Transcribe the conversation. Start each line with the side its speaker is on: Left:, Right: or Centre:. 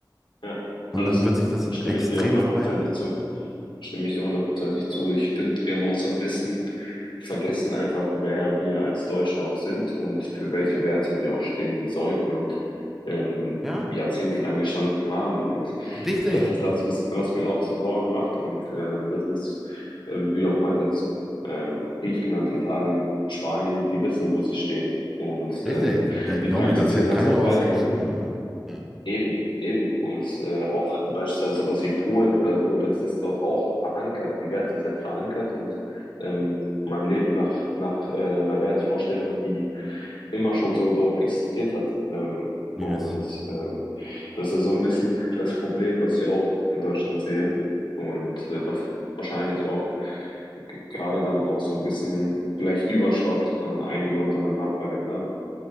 Left: ja.
Centre: Und
Left: Also
Centre: dann wird
Left: das
Centre: sich das
Left: stimme
Centre: extrem
Left: ich dir hundertprozentig
Centre: verweiten.
Left: zu. Stimme ich dir hundertprozentig zu. Ich finde, wir haben auch so ein bisschen vergessen einfach, wer wir als Deutsche auch sind und für welche Werte wir auch stehen sollten und ähm,
Centre: Ja.
Left: jahrzehntelang gestanden haben. Und
Centre: Richtig,
Left: das ist das, was, was mir auch so Sorgen macht. Und ähm, das ist, ähm, wie du auch meintest, ähm, Griechenland, Italien, Spanien, die wissen, wo sie stehen. Und ähm,
Centre: richtig. Dann
Left: die
Centre: glaub
Left: praktizieren
Centre: mir, da fällt
Left: das
Centre: keiner
Left: auch
Centre: aus
Left: weiterhin.
Centre: den Schuhen. äh.
Left: Eben, eben. Und äh, auch beispielsweise sowas wie Polen oder so, das ist dort auch verankert. Die Werte sind verankert und ähm, man lebt nach, nach äh, einer Wertvorstellung, die immer schon so dort existiert hat. Ähm,
Centre: Yes.
Left: und ähm, das ist so ein bisschen das Problem, was ich auch in Deutschland sehe und äh, was wahrscheinlich auch g- gerade dann auch so ein bisschen vielleicht überschwappt an einige unserer Nachbarländer.